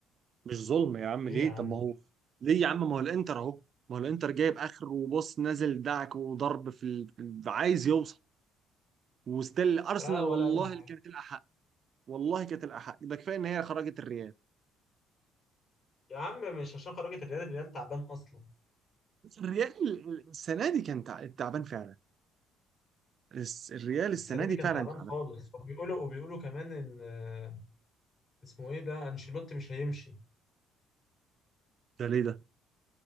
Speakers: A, on the right (about 55°); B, on the left (about 40°).
A: مش ظلم يا عم
B: ليه
A: ليه
B: يا عم
A: طب ما هو ليه يا عم ما هو الانتر اهو ما هو الانتر جايب اخر وبص نازل دعك وضرب في ال... في ال- عايز يوصل وستيل ارسنال
B: لا ولا
A: والله
B: اي حاجة
A: اللي كانت الاحق والله كانت الاحق ده كفايه ان هي خرجت الريال
B: يا عم مش عشان خرجت الريال الريال تعبان اصلا
A: بس الريال السنه دي كان تع- تعبان فعلا الس- الريال السنه
B: السنه دي
A: دي
B: كان
A: فعلا
B: تعبان
A: تعبان
B: خالص وبيقولوا وبيقولوا كمان ان آه، اسمه ايه ده انشيلوتي مش هيمشي
A: ده ليه ده